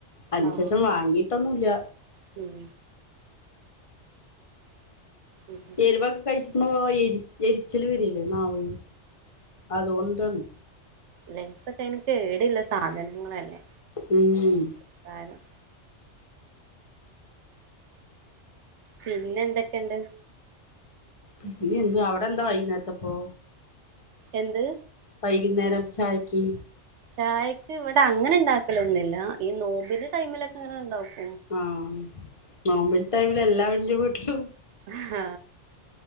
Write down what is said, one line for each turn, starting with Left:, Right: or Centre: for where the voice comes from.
Left: അതി ന്
Right: ആഹ്
Left: ശേഷം വാങ്ങിട്ട് പിട്ടൊന്നില്ല
Right: ഉം ഉം
Left: എരിവക്കെ കഴിക്കുമ്പോ എ എരിച്ചല് വരില്ലേ പോയി അതൊണ്ടാണ്
Right: ലേസ ഒക്കെ എനിക്ക് കേഏടല്ല സാധനങ്ങളല്ലേ
Left: ഉം
Right: ന്താരം പിന്നെ എന്തൊക്കെയുണ്ട്
Left: പിന്നെ എന്ത് അവിടെ എന്താ വൈകുന്നേത്തപ്പോ
Right: എന്ത്
Left: വൈകുന്നേരം ചായക്ക്
Right: ചായക്ക് ഇവിടെ അങ്ങനെ ഉണ്ടാക്കലൊന്നുമില്ല ഈ നോബിന്റെ ടൈമിലൊക്കെ അങ്ങനെ ഉണ്ടാക്കും
Left: ആഹ നോമ്പിൽ ടൈമിൽ എല്ലാവറെ വീട്ടിലും
Right: ആഹ